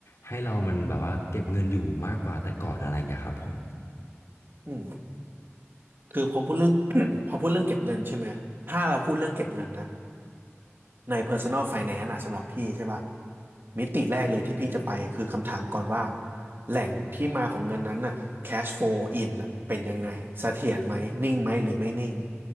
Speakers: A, on the left; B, on the right.
A: ให้เรามันแบบว่าเก็บเงินอยู่มากกว่าแต่ก่อนอะไรเงี้ยครับผม
B: อืมคือพอพูดเรื่อง <coughs> พอพูดเรื่องเก็บเงินใช่ไหมถ้าเราพูดเรื่องเก็บเงินนะใน Personal Finance อะสำหรับพี่ใช่ป่ะมิติแรกเลยที่พี่จะไปคือคำถามก่อนว่าแหล่งที่มาของเงินนั้นน่ะ cash flow in น่ะเป็นยังไงเสถียรไหมนิ่งไหมหรือไม่นิ่ง